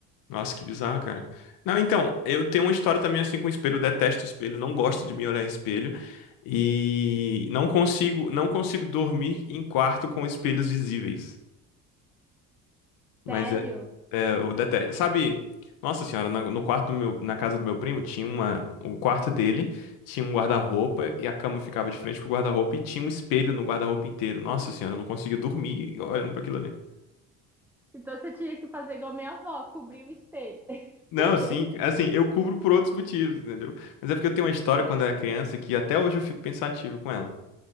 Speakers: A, on the left; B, in the centre.
A: Nossa, que bizarro, cara. Não, então, eu tenho uma história também assim com espelho. Eu detesto espelho, não gosto de me olhar em espelho. E não consigo, não consigo dormir em quarto com espelhos visíveis. Mas
B: Sério?
A: é, É, eu detesto. Sabe, nossa senhora, na- no quarto do meu, na casa do meu primo tinha uma, o quarto dele tinha um guarda-roupa e a cama ficava de frente pro guarda-roupa e tinha um espelho no guarda-roupa inteiro. Nossa senhora, eu não conseguia dormir olhando pra aquilo ali.
B: Então você tinha que fazer igual a minha avó, cobrir o espelho. <laughs>
A: Não, assim, assim, eu cubro por outros motivos, entendeu? Mas é porque eu tenho uma história
B: É.
A: quando eu era criança que até hoje eu fico pensativo com ela.